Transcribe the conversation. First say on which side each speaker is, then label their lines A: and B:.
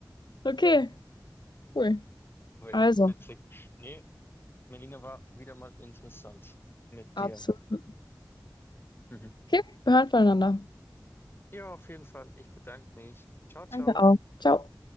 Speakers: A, on the left; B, on the left.
A: Okay. Cool.
B: <laughs> Oh ja,
A: Also,
B: witzig. Nee, Melina war wieder mal interessant mit
A: absolut.
B: dir. Mhm.
A: Okay, wir hören voneinander.
B: Ja, auf jeden Fall. Ich bedanke mich. Ciao, ciao.
A: Danke auch. Ciao.